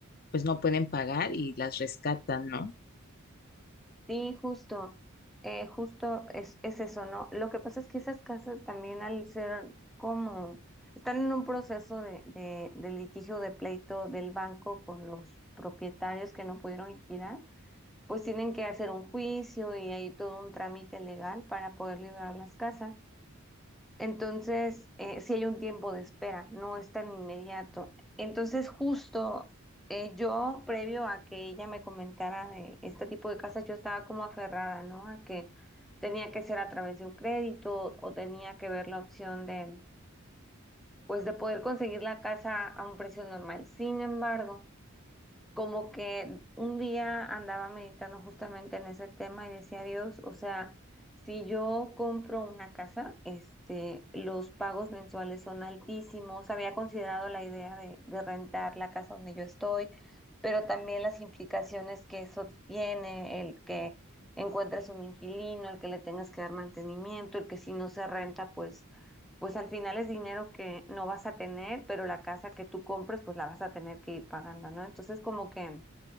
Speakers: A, on the left; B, in the centre.
A: pues no pueden pagar y las rescatan, ¿no?
B: Sí, justo, eh, justo es, es eso, ¿no? Lo que pasa es que esas casas también al ser como, están en un proceso de, de, de litigio de pleito del banco con los propietarios que no pudieron liquidar, pues tienen que hacer un juicio y hay todo un trámite legal para poder liberar las casas. Entonces, eh, sí hay un tiempo de espera, no es tan inmediato. Entonces, justo eh, yo, previo a que ella me comentara de este tipo de casas, yo estaba como aferrada, ¿no? A que tenía que ser a través de un crédito o tenía que ver la opción de, pues, de poder conseguir la casa a un precio normal. Sin embargo, como que un día andaba meditando justamente en ese tema y decía Dios, o sea, si yo compro una casa, este, los pagos mensuales son altísimos. Había considerado la idea de, de rentar la casa donde yo estoy, pero también las implicaciones que eso tiene, el que encuentres un inquilino, el que le tengas que dar mantenimiento, el que si no se renta, pues pues al final es dinero que no vas a tener, pero la casa que tú compres, pues la vas a tener que ir pagando, ¿no? Entonces, como que